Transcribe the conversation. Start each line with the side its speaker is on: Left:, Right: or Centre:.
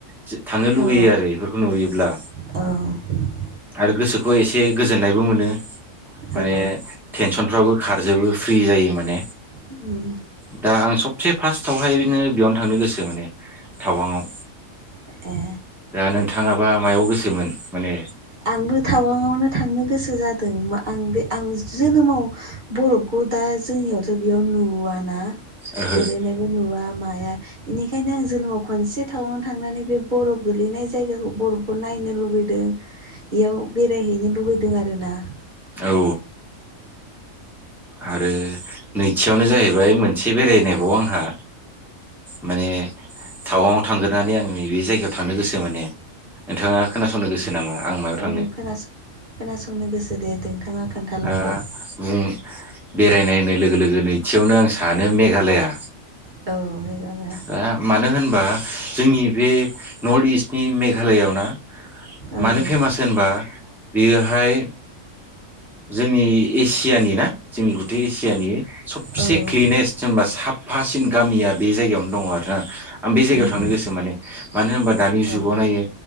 Centre: जि थांनो लुुबैयो
Right: औ
Centre: आरो इफोरखौ नुयोब्ला।
Right: औ
Centre: आरो गोसोखौ एसे गोजोननायबो मोनो माने
Right: औ
Centre: टेनसनफ्राबो खारजोबो फ्रि जायो माने
Right: उम
Centre: दा आं सबसे फास्टावहायनो बेयावनो थांनो गोसो माने थावांआव
Right: ए
Centre: दा नों थाङाबा मायाव गोसोमोन माने
Right: आंबो टावांआवनो थांनो गोसो जादों मा आं बे आं जोनोमाव बरफखौ दा जोंनियावथ' बेयाव नुवा ना
Centre: ओहो
Right: गोलैनायबो नुवा मा या निखायनो आं जोनोमाव खनसे टावांआवनो थांनानै बे बरफ गोलैनाय जायगाखौ बरफखौ नायनो लुबैदों बेयाव बेरायहैनो लुबैदों आरोना।
Centre: औ आरो नैथियावनो जाहैबाय मोनसे बेरायनायबाव आंहा माने टावांआव थांग्रानै आं नैबे जायगायाव थांनो गोसो माने नोंथाङा खोनासंनो गोसो
Right: औ
Centre: नामा आं मायाव
Right: औ
Centre: थांनो
Right: खोनास खोनासंनो गोसो दे नोंथाङा खोन्थालांल'
Centre: ओ बुं बेरायनाय होननाय लोगो लोगो नैथियावनो आं सानो मेघालया।
Right: औ मेघालया
Centre: ओआ मानो होनबा जोंनि बे नर्थ इस्टनि मेघालयआव ना
Right: औ
Centre: मानो फेमास होनबा बियोहाय जोंनि एसियानि ना जोंनि गुथै एसियानि सबसे
Right: औ
Centre: क्लिनेस्ट जोनबा साफासिन गामिया बे जायगायावनो दङ आरो ना आं बे जायगायाव
Right: उम
Centre: थांनो गोसो माने मानो होमबा दानि जुगाव
Right: औ
Centre: नायो